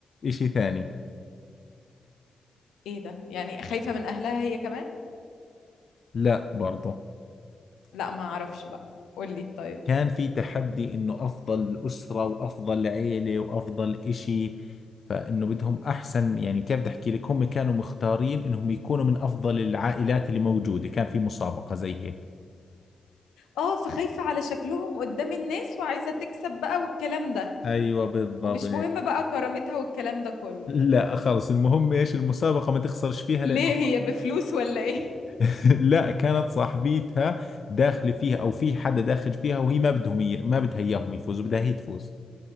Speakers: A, on the left; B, on the left.
A: اشي ثاني
B: ايه ده يعني خايفة من اهلها هي كمان
A: لا برضه
B: لا ما اعرفش بقى قولي طيب
A: كان في تحدي انه افضل اسرة وافضل عيلة وافضل اشي فانه بدهم احسن يعني كيف بدي احكي لك هم كانوا مختارين انهم يكونوا من افضل العائلات اللي موجودة كان في مسابقة زي هيك
B: اه فخايفة على شكلهم قدام الناس وعايزة تكسب بقى والكلام ده
A: ايوه بالضبط
B: ومش مهم بقى كرامتها والكلام ده كله
A: لا خلص المهم ايش المسابقة ما تخسرش فيها لانه
B: ليه هي بفلوس ولا ايه <laughs>
A: <laughs> لا كانت صاحبيتها داخلة فيها او في حدا داخل فيها وهي ما بدهم ي... ما بدها اياهم يفوزوا بدها هي تفوز